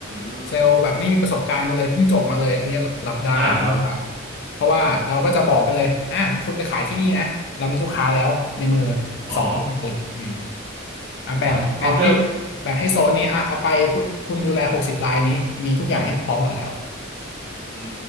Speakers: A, on the right; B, on the left.
A: ม
B: เซลล์แบบไม่มีประสบการณ์มาเลยเพิ่งจบมาเลยอันนี้รับได้เพราะว่า
A: อ่าครับ
B: เพราะว่าเราก็จะบอกไปเลยอ่ะคุณไปขายที่นี่นะเรามีลูกค้าแล้วในมือ
A: อ๋อ
B: สองรายอืมอ่ะแบ่งแบ่งให้
A: อ๋อเพราะเพื่อ
B: แบ่งให้โซนนี้อ่ะเอาไปคุณคุณดูแลหกสิบรายนี้มีทุกอย่างให้พร้อมหมดแล้ว
A: อื